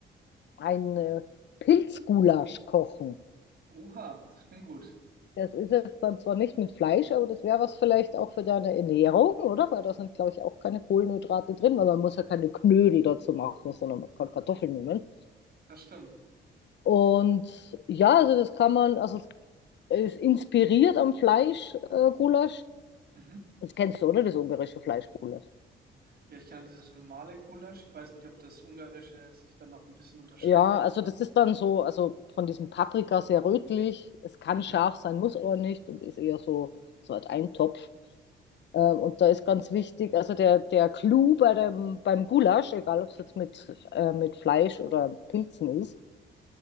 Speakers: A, on the left; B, on the right.
A: ein äh, Pilzgulasch kochen.
B: Oha, das klingt gut.
A: Das ist jetzt dann zwar nicht mit Fleisch, aber das wäre was vielleicht auch für deine Ernährung, oder? Weil da sind, glaube ich, auch keine Kohlenhydrate drin, weil man muss ja keine Knödel dazu machen, sondern man kann Kartoffeln nehmen.
B: Das stimmt.
A: Und ja, also das kann man, also es ist inspiriert am Fleischgulasch. Äh, Gulasch.
B: Mhm.
A: das kennst du, oder? Das ungarische Fleischgulasch.
B: Ja, ich kenne dieses normale Gulasch. Ich weiß nicht, ob das ungarische sich dann noch ein bisschen unterscheidet.
A: Ja, also das ist dann so, also von diesem Paprika sehr rötlich. Es kann
B: Mhm.
A: scharf sein, muss aber nicht und ist eher so, so halt ein Topf. Ähm, und da ist ganz wichtig, also der, der Clou bei dem, beim Gulasch, egal ob es jetzt mit, äh, mit Fleisch oder Pilzen ist,